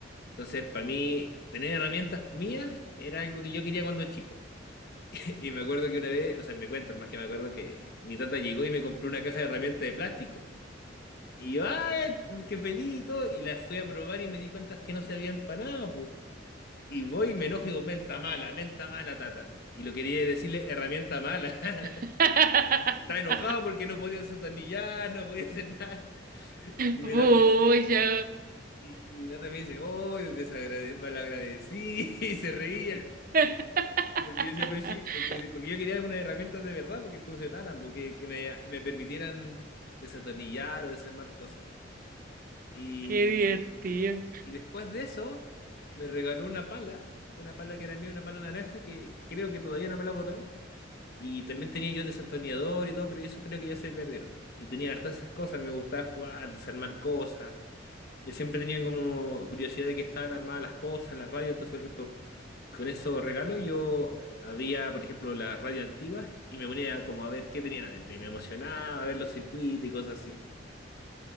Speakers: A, on the left; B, on the right.
A: Entonces, para mí, tener herramientas mías era algo que yo quería cuando chico. <laughs> Y me acuerdo que una vez, o sea, me cuentan más que me acuerdo que mi tata llegó y me compró una caja de herramientas de plástico. Y yo, ¡ay! ¡Qué feliz! y todo, Y las fui a probar y me di cuenta que no servían para nada, pues. Y voy y me enojo y digo, menta mala, menta mala, tata. Y lo quería decirle, herramienta mala. <laughs>
B: <laughs>
A: Estaba enojado porque no podía desatornillar, no podía hacer nada. Y
B: Pucha.
A: me da- y me- y- y mi tata me dice, oh, desagrade- malagradecí, <laughs> y se reía.
B: <laughs>
A: Porque yo decía, pero sí, porque, porque yo quería unas herramientas de verdad, porque funcionaran, porque que me, me permitieran desatornillar o desarmar cosas. Y,
B: Qué divertido.
A: y después de eso, me regaló una pala, una pala que era mía, una pala naranja, que creo que todavía no me la botan. Y también tenía yo desatornillador y todo, pero eso creo que ya se perdieron. Y tenía hartas esas cosas, me gustaba jugar, desarmar cosas. Yo siempre tenía como curiosidad de qué estaban armadas las cosas, las radios. Entonces, por ejemplo, con esos regalos yo había, por ejemplo, las radios antiguas y me ponía como a ver qué tenían adentro. Y me emocionaba a ver los circuitos y cosas así.